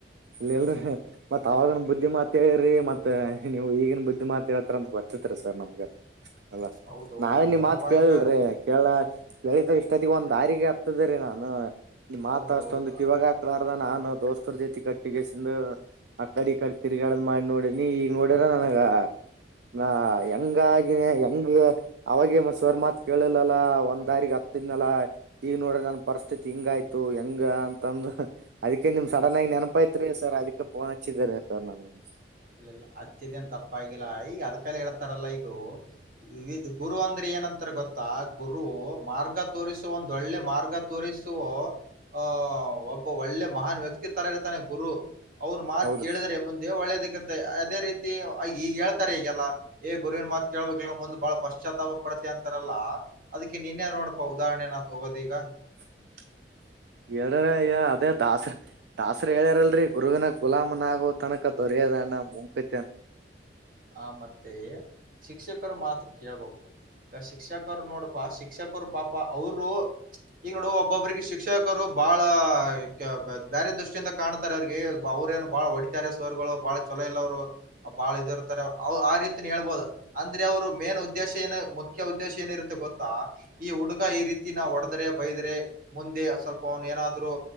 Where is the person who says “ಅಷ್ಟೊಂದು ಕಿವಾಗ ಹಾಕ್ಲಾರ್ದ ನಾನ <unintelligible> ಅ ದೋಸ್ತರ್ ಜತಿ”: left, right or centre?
Right